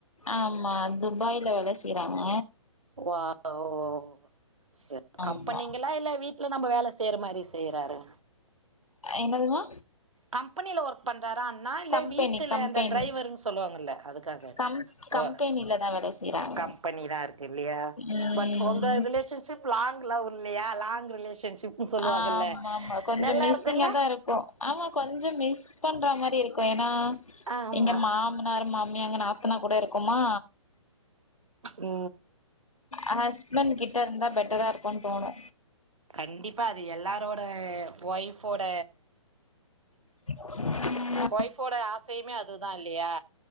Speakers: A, on the left; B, on the right.
A: ஆம்மா துபாயில வேல செய்றாங்க
B: வாவ் ச சரி
A: ஆமா
B: கம்பெனிங்ளா இல்ல வீட் ல்ல நம்ம வேல செய்ற மாறி செய்றாரா
A: என்னதுமா
B: கம்பெனில ஒர்க் பண்றாரா அண்ணா இல்ல
A: கம்பெனி
B: வீட்டுல
A: கம்பெனி
B: அந்த டிரைவர்ன்னு சொல்லுவாங்கல்ல அதுக்காக கேட்டே
A: கம்
B: வா
A: கம்பெனில தா வேல செய்றாங்க
B: கம்பெனி தா இருக்கு இல்லையா
A: ம்
B: பட் உங்க ரிலேஷன் சிப் லாங் லவ் இல்லையா லாங் ரிலேஷன்ஷிப்னு சொல்லுவாங்கல்ல
A: ஆமா ஆமா கொஞ்சோ
B: நல்லா
A: மிஸ்ஸிங்கா
B: இருக்குல்ல
A: தா இருக்கு ஆமா கொஞ்சோ மிஸ் பண்ற மாறி இருக்கு ஏன்னா
B: ஆமா
A: எங்க மா மாமனாரு மாமியா எங்க நாத்துனா கூட இருக்கமா
B: ரூ
A: அவ ஹஸ்பண்ட் கிட்ட இருந்தா பெட்டரா இருக்குன் தோணு
B: கண்டிப்பா அது எல்லாரோட ஒய்ஃபோட
A: ம்
B: ஒய்ஃபோட ஆசையுமே அதுதா இல்லையா